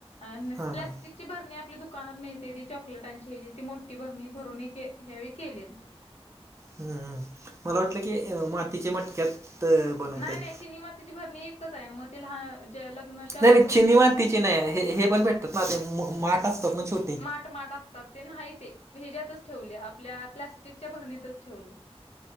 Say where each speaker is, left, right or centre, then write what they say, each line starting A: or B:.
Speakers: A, on the left (about 80°); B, on the right (about 25°).
A: आन
B: हां
A: प्लास्टिक
B: हां
A: ची भरणी आपली दुकानात मिळते, ती चॉकलेटांची हेजी ती मोठी भरणी भरून एक ह्या वेळी केलेलं. <inaudible>
B: हम हम. मला वाटलं की मातीच्या मटक्यात, बनवता
A: नाही
B: येईल.
A: नाही चिनि मातिची भरणी एकच आहे, मग ती लहान लग्नाच्या
B: नाही
A: आधीपासून.
B: नाही चिनी मातीचे नाही हे हे पण भेटतात ना ते माठ असतात ना छोटी
A: माट माट असतात ते, नाही ते हेच्यातच ठेवले आपल्या. प्लास्टिकच्या भरणीतच ठेवले.